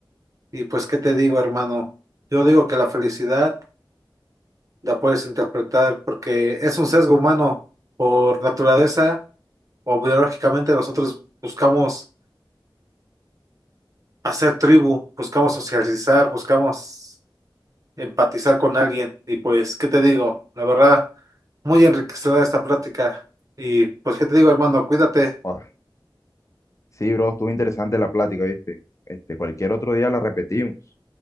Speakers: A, on the right; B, on the left.
A: Y pues, ¿qué te digo, hermano? Yo digo que la felicidad la puedes interpretar porque es un sesgo humano por naturaleza o biológicamente nosotros buscamos hacer tribu, buscamos socializar, buscamos empatizar con alguien. Y pues, ¿qué te digo? La verdad, muy enriquecedora esta plática. Y pues, ¿qué te digo, hermano? Cuídate.
B: Ah, sí, bro, estuvo interesante la plática, ¿viste? Este, cualquier otro día la repetimos.